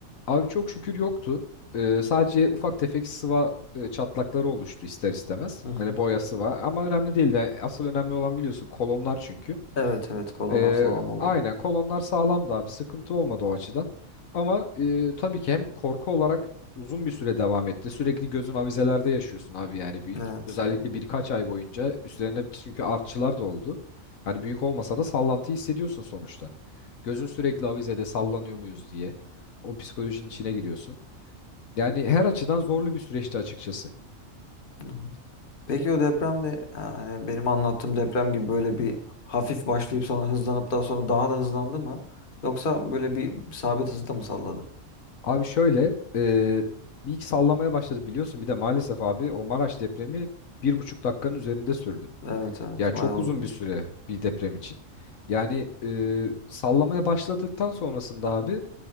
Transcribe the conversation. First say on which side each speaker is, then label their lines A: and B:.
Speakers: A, on the left; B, on the left.
A: Abi çok şükür yoktu. E, sadece ufak tefek sıva e, çatlakları oluştu ister istemez.
B: Hı hı.
A: Hani boya sıva ama önemli değil de asıl önemli olan biliyorsun kolonlar çünkü.
B: Evet evet kolonlar
A: Ee,
B: sağlam oldu.
A: aynen kolonlar sağlamdı abi sıkıntı olmadı o açıdan. Ama e, tabii ki hem korku olarak uzun bir süre devam etti. Sürekli gözün avizelerde yaşıyorsun abi yani bir,
B: Evet.
A: özellikle
B: ya.
A: birkaç ay boyunca üstlerine çünkü artçılar da oldu. Hani büyük olmasa da sallantıyı hissediyorsun sonuçta. Gözün sürekli avizede sallanıyor muyuz diye o psikolojinin içine giriyorsun. Yani her açıdan zorlu bir süreçti açıkçası.
B: Hı hı. Peki o depremde yani benim anlattığım deprem gibi böyle bir hafif başlayıp sonra hızlanıp daha sonra daha da hızlandı mı? Yoksa böyle bir sabit hızda mı salladı?
A: Abi şöyle e, bir iki sallamaya başladı biliyorsun bir de maalesef abi o Maraş depremi bir buçuk dakikanın üzerinde sürdü.
B: Evet evet
A: Ya çok
B: bayağı
A: uzun
B: uzun.
A: bir süre bir deprem için. Yani e, sallamaya başladıktan sonrasında abi